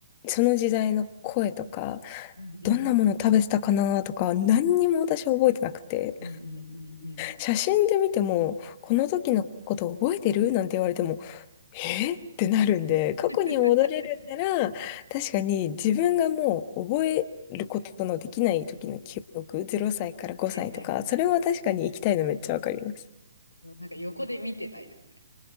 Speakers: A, on the left; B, on the left.
A: その時代の声とか、
B: うんうんうん
A: どんなもの食べてたかなとか、何にも私覚えてなくて、
B: うんうんうんうん
A: 写真で見ても、この時のこと覚えてるなんて言われても、えってなるんで、過去に戻れるなら、
B: <laughs>
A: 確かに自分がもう覚えることのできない時の記憶、0歳から5歳とか、
B: はいはいはいは
A: それは確かに行きたいのめっちゃわかります。
B: い。なんか横で見てないですね。